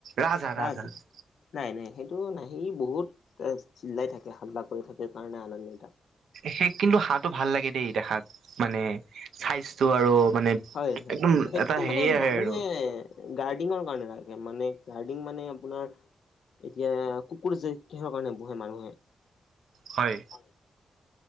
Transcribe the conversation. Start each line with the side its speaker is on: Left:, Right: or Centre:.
Right: ৰাজহাঁহ ৰাজহাঁহ।
Left: ৰাজ নাই নাই সেইটো নাই সি বহুত আঁ চিল্লাই থাকে, হাল্লা কৰি থাকে কাৰণে আনা তাক।
Right: হে কিন্তু হাঁহটো ভাল লাগে দেই দেখাত। মানে চাইজটো আৰু মানে
Left: হয়, হয়
Right: একদম
Left: সেইটো
Right: এটা হেৰি
Left: মানে
Right: আহে
Left: মানুহে
Right: আৰু
Left: গাডিংঙৰ কাৰণে ৰাখে মানে গাডিং মানে আপোনাৰ এতিয়া। কুকুৰ যে কিহৰ কাৰণে পোহে মানুহে।
Right: হয়।
Left: হয়